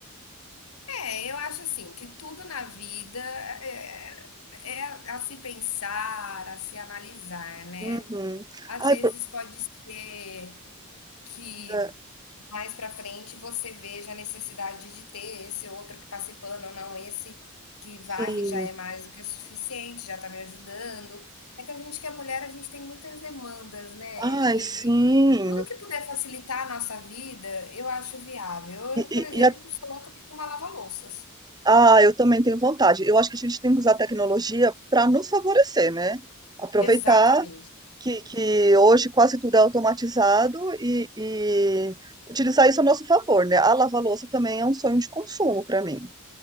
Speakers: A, on the left; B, on the right.
A: É, eu acho assim que tudo na vida é, é a se pensar, a se analisar, né?
B: Uhum.
A: Às
B: Ai,
A: vezes
B: por-
A: pode ser que
B: é,
A: mais para frente você veja a necessidade de ter esse outro que passe pano, ou não, esse que
B: sim.
A: varre já é mais do que o suficiente, já tá me ajudando. É que a gente que é mulher, a gente tem muitas demandas, né?
B: Ai,
A: E
B: sim.
A: tudo que puder facilitar a nossa vida, eu acho viável. Eu,
B: E,
A: por
B: e-
A: exemplo,
B: e
A: sou louca por uma lava-louças.
B: Ah, eu também tenho vontade. Eu acho que a gente tem que usar a tecnologia para nos favorecer, né? Aproveitar
A: Exatamente.
B: que, que hoje quase tudo é automatizado e, e utilizar isso a nosso favor, né? A lava-louça também é um sonho de consumo para mim.